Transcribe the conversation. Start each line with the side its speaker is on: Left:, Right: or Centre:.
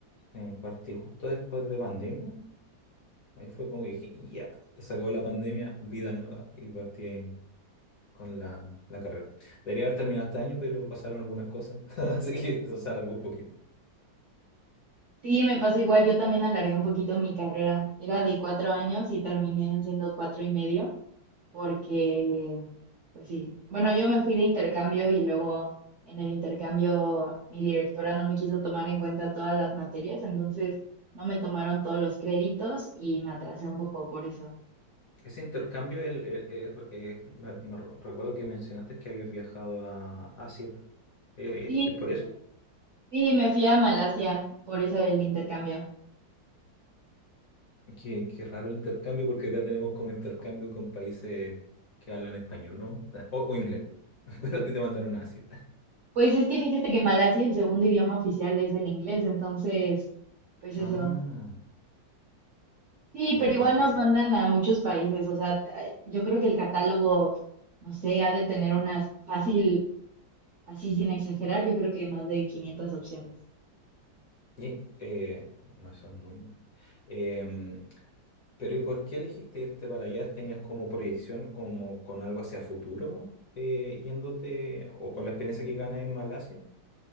Left: Sí, partí justo después de pandemia. Ahí fue como que dije, ya, se acabó la pandemia, vida nueva. Y partí con la, la carrera. Debería haber terminado este año, pero pasaron algunas cosas. <laughs> Así que eso se alargó un poquito.
Right: Sí, me pasó igual. Yo también alargué un poquito mi carrera. Era de cuatro años y terminé siendo cuatro y medio. porque, pues sí, bueno, yo me fui de intercambio y luego en el intercambio mi directora no me quiso tomar en cuenta todas las materias, entonces no me tomaron todos los créditos y me atrasé un poco por eso.
Left: Ese intercambio, el, el- el- eh, me, me recuerdo que mencionaste que habías viajado a Asia. Eh,
Right: Sí,
Left: ¿es, es por eso?
Right: sí, me fui a Malasia, por eso el intercambio.
Left: Qué, qué raro el intercambio, porque acá tenemos como intercambio con países que hablan español nomás, o, o inglés, <laughs> pero a ti te mandaron a Asia.
Right: Pues es que fíjate que Malasia el segundo idioma oficial es el inglés, entonces, pues eso.
Left: Ah,
Right: Sí,
Left: y,
Right: pero igual
Left: y, que-
Right: nos mandan a muchos países, o sea, t- ay, yo creo que el catálogo, no sé, ha de tener unas fácil Así sin exagerar, yo creo que más de 500 opciones.
Left: y, eh, no, eso es muy... em, pero ¿y por qué elegiste irte para allá? ¿Tenías como proyección como con algo hacia futuro eh, yéndote o con la experiencia que ganas en Malasia?